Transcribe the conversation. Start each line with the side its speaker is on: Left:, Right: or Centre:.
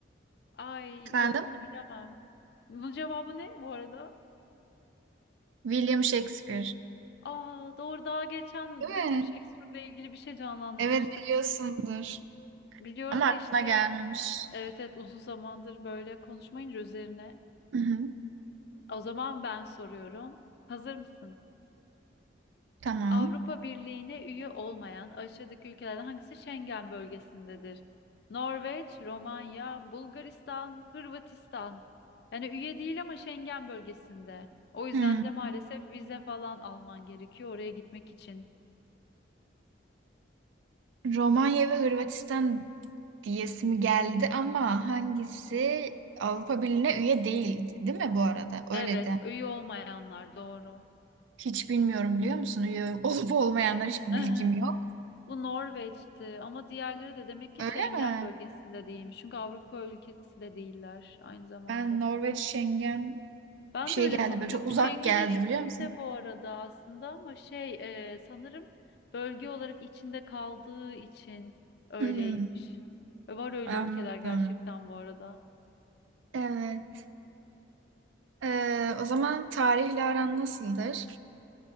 Left: ay
Right: Efendim?
Left: yok bunu bilemem. Bunun cevabı ne bu arada?
Right: William Shakespeare.
Left: Aa doğru daha geçen
Right: değil mi?
Left: William Shakespeare'le ilgili bir şey canlandırmıştık.
Right: Evet biliyorsundur.
Left: Biliyorum
Right: Ama
Left: da
Right: aklına
Left: işte
Right: gelmemiş.
Left: evet evet uzun zamandır böyle konuşmayınca üzerine.
Right: Hı hı,
Left: O zaman ben soruyorum. Hazır mısın?
Right: tamam.
Left: Avrupa Birliği'ne üye olmayan aşağıdaki ülkelerden hangisi Schengen bölgesindedir? Norveç, Romanya, Bulgaristan, Hırvatistan. Yani üye değil ama Schengen bölgesinde. O yüzden
Right: Hmm.
Left: de maalesef vize falan alman gerekiyor oraya gitmek için.
Right: Romanya ve Hırvatistan diyesimi geldi ama hangisi Avrupa Birliği'ne üye değil, değil mi bu arada? Öyle
Left: Evet,
Right: de.
Left: üye olmayanlar doğru.
Right: Hiç bilmiyorum biliyor musun? Üye olup olmayanlar hiçbir
Left: <laughs>
Right: bilgim yok.
Left: Bu Norveç'ti ama diğerleri de demek ki
Right: Öyle
Left: Schengen
Right: mi?
Left: bölgesinde değilmiş. Çünkü Avrupa ülkesi de değiller aynı zamanda.
Right: Ben Norveç, Schengen
Left: Ben
Right: bir şey
Left: de öyle
Right: geldi
Left: sanırım.
Right: böyle çok
Left: Yok
Right: uzak
Left: Schengen'in
Right: geldi
Left: içinde
Right: biliyor musun?
Left: bu arada aslında ama şey e, sanırım bölge olarak içinde kaldığı için öyleymiş.
Right: Hmm,
Left: E, Var öyle
Right: anladım.
Left: ülkeler gerçekten bu arada.
Right: Evet. Ee, o zaman tarihle aran nasıldır?